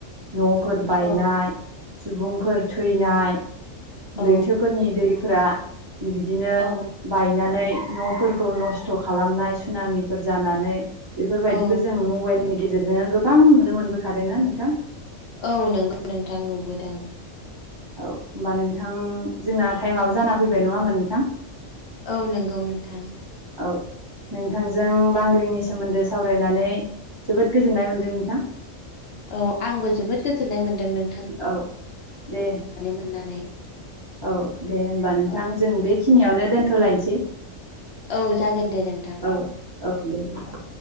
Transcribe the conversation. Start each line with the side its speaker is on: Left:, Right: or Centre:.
Right: न'फोर बायनाय
Left: औ
Right: सुबुंफोर थैनाय
Left: औ
Right: लैथोफोरनि दैफोरा बिदिनो
Left: औ
Right: बायनानै न'फोरखौ नस्थ' खालामनाय सुनामिफोर जानानै। बेफोरबायदिखौ
Left: औ
Right: जों मबाइलनि गेजेरजोंनो गोबां नुनो मोनबोखादोंना नोंथां।
Left: औ नोंगौ नोंथां नुबोदों।
Right: औ होमबा नोंथां जोंना टाइमाबो जाना फैबाय नङा होमबा नोंथां?
Left: औ नंगौ नोंथां।
Right: औ नोंथांजों बांग्रिंनि सोमोन्दै सावरायनानै जोबोद गोजोननाय मोनदों नोंथां।
Left: औ आंबो जोबोद गोजोननाय मोन्दों नों
Right: औ दे
Left: मोननानै
Right: औ दे होमबा नोंथां
Left: औ
Right: जों बे खिनियावनो दोनथ'लायनोसै
Left: औ जागोन दे नोंथां
Right: औ औ दे दे।
Left: औ